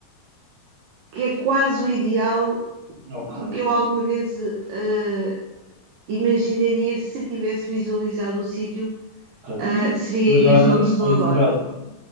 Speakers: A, on the right; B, on the right.
A: que é quase o ideal
B: ok,
A: que eu alguma vez eh, imaginaria se tivesse visualizado o sítio,
B: ok.
A: ah, seria
B: Mas olha,
A: este onde estou
B: ó Isabel,
A: agora. <laughs>